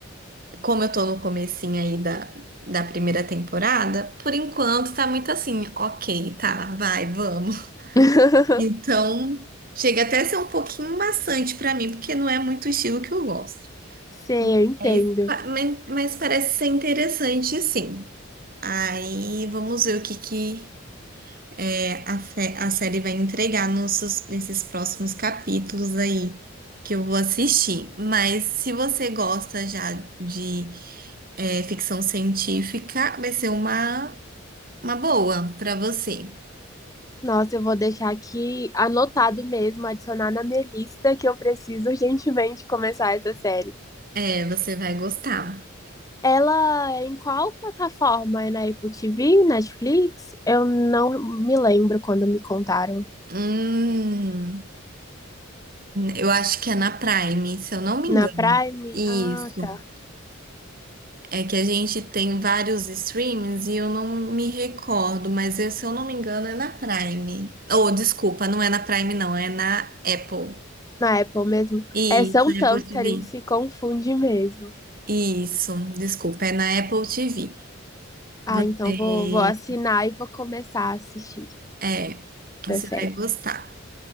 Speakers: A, on the right; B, on the left.
A: como eu tô no comecinho aí da, da primeira temporada, por enquanto tá muito assim, ok, tá, vai, vamos.
B: <laughs>
A: Então, chega até a ser um pouquinho maçante pra mim, porque não é muito o estilo que eu gosto.
B: Sei, eu entendo.
A: Aí, pa- mas, mas parece ser interessante, sim. Aí, vamos ver o que, que é, a, fe- a série vai entregar nossos, nesses próximos capítulos aí que eu vou assistir. Mas se você gosta já de é, ficção científica, vai ser uma, uma boa pra você.
B: Nossa, eu vou deixar aqui anotado mesmo, adicionar na minha lista que eu preciso urgentemente começar essa série.
A: É, você vai gostar.
B: Ela é em qual plataforma? É na Apple TV, Netflix? Eu não me lembro quando me contaram.
A: Hum. Eu acho que é na Prime, se eu não me engano.
B: Na Prime?
A: Isso.
B: Ah, tá.
A: É que a gente tem vários streams e eu não me recordo, mas eu- se eu não me engano é na Prime. Oh, desculpa, não é na Prime, não, é na Apple.
B: Na Apple mesmo.
A: Isso,
B: É, são
A: na
B: tantos
A: Apple TV.
B: que a gente se confunde mesmo.
A: Isso, desculpa, é na Apple TV.
B: Ah,
A: Você,
B: então vou, vou assinar e vou começar a assistir
A: é, você
B: essa série.
A: vai gostar.